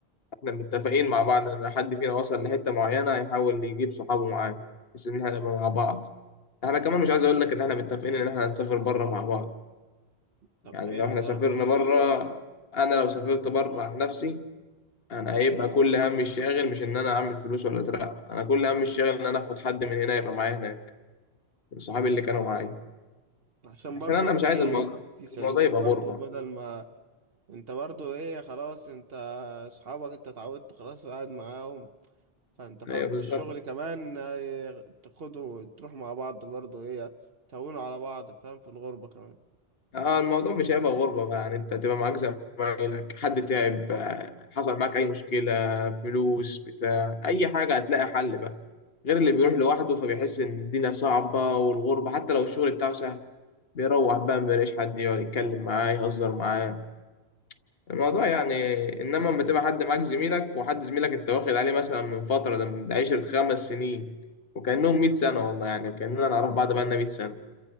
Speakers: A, on the left (about 65°); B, on the right (about 65°).
A: احنا متفقين مع بعض ان حد فينا وصل لحته معينه هيحاول يجيب صحابه معاه بحيث ان احنا نبقى مع بعض احنا كمان مش عايز اقول لك ان احنا متفقين ان احنا هنسافر بره مع بعض
B: طب
A: يعني
B: حلو
A: لو احنا
B: ده
A: سافرنا بره انا لو سافرت بره عن نفسي انا هيبقى كل همي الشاغل مش ان انا اعمل فلوس ولا اترقى انا كل همي الشاغل ان انا اخد حد من هنا يبقى معايا هناك من صحابي اللي كانوا معايا
B: عشان
A: عشان
B: برضو
A: انا مش
B: ايه
A: عايز الموضوع
B: يسلوك
A: الموضوع يبقى غربه
B: برضو بدل ما انت برضو ايه خلاص انت اصحابك انت اتعودت خلاص قاعد معاهم فانت فاهم
A: ايوه
B: في
A: بالظبط
B: الشغل كمان ايه، تاخدوا تروح مع بعض برضو ايه تهونوا على بعض فاهم في الغربة كمان
A: اه الموضوع مش هيبقى غربة بقى يعني انت هتبقى معاك زمايلك حد تعب آه، حصل معاك اي مشكلة فلوس بتاع اي حاجة هتلاقي حل بقى غير اللي بيروح لوحده فبيحس ان الدنيا صعبة والغربة حتى لو الشغل بتاعه سهل بيروح بقى مبيلاقيش حد يقعد يتكلم معاه يهزر معاه الموضوع يعني انما لما تبقى حد معاك زميلك وحد زميلك انت واخد عليه مثلا من فترة ده من ده عشرة خمس سنين وكأنهم 100 سنة والله يعني كأننا نعرف بعض بقالنا 100 سنة